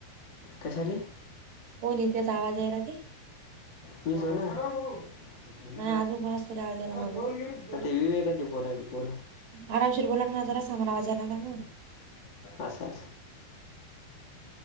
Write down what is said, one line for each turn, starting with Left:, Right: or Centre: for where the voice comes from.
Left: कशाले.
Right: कोण आहे त्याचा आवाज यायला ते
Left: मी भाऊ तुम्ही.
Right: नाही अजून कोणाच तरी आवाज आला मागून
Left: आता विवेकांचे बोलायले पोर.
Right: आरामशीर बोला ना मला जरासा आम्हाला आवाज यायला लागला
Left: असं असं.